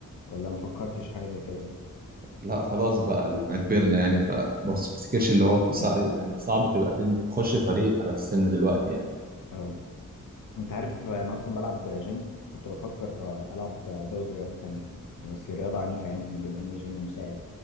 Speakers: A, on the left; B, on the right.
A: ولا ما فكرتش حاجة زي كده
B: لا خلاص بقى اللي احنا كبرنا يعني فبص تفتكرش اللي هو في سع...
A: مم.
B: يعني صعب تبقى تن- تخش فريق على السن دلوقتي يعني
A: اه انت عارف انا اصلا بلعب جيم كنت بفكر آه، العب ازود رياضة تانية بس رياضة عنيفة يعني بما ان الجيم مساعد